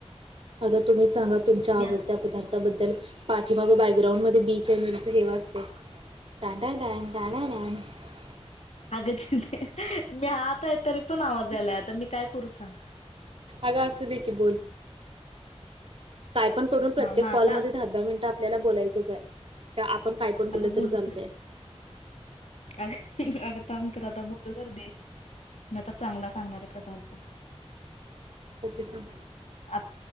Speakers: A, on the right; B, on the left.
A: आता तुम्ही सांगा तुमच्या
B: म्या
A: आवडत्या पदा बद्दल पाठीमागं बॅकग्राउंड मध्ये बी चॅनेलच हे वाजते <inaudible>
B: अगं मी आतय तरी पण आवाज यायलाय आता मी काय करू सांग.
A: अगं असू दे की बोल काय पण करून
B: हा
A: प्रत्येक
B: माझा
A: कॉलमध्ये दहा दहा मिनट आपल्याला बोलायचं चाय त्या आपण काय पण बोलं
B: अगं बोलू
A: तरी चालतय
B: तर अगं थांब तर आता बोलू तर दे मी आता चांगला सांगणाराय पदार्थ
A: ओके सांग
B: आत